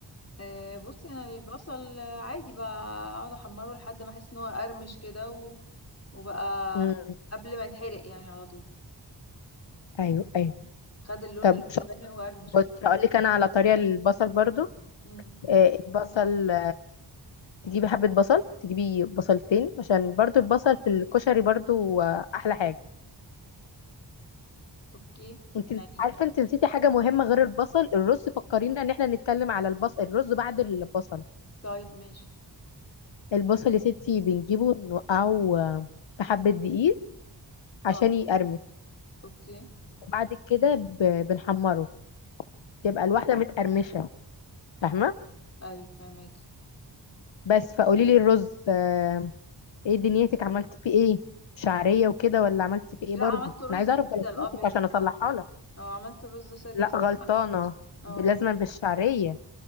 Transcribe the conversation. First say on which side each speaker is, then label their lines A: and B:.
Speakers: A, on the left; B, on the left.
A: آه، بصي انا البصل آه، عادي بقى اقعد احمره لحد ما احس ان هو قرمش كده و... وبقى
B: امم
A: قبل ما يتحرق يعني على طول
B: ايوه ايوه
A: خد اللون
B: طب
A: اللي
B: شاطر
A: هو الغامق وقرمش
B: بص
A: كده
B: هقول لك انا على طريقة البصل برضو
A: امم
B: آه، البصل تجيبي حبة بصل تجيبي بصلتين عشان برضو البصل في الكشري برضو آه، أحلى حاجة
A: اوكي
B: انت
A: يعني
B: عارفة انت نسيتي حاجة مهمة غير البصل الرز فكرينا ان احنا نتكلم على البصل الرز بعد البصل
A: طيب ماشي
B: البصل يا ستي بنجيبه نوقعه آه، في حبة دقيق عشان
A: اه
B: يقرمش
A: اوكي
B: وبعد كده ب- بنحمره تبقى الواحدة متقرمشة فاهمة
A: ايوه فهماكي
B: بس فقولي لي الرز آه، ايه دنيتك عملتي فيه ايه شعرية وكده ولا عملتي فيه ايه
A: لا
B: برضو
A: عملت رز
B: انا عايزة اعرف
A: ساده
B: غلطاتك
A: الابيض
B: عشان
A: العادي
B: اصلحها لك
A: اه عملت رز ساده
B: لا
A: ساده
B: غلطانة
A: اه
B: لازما بالشعرية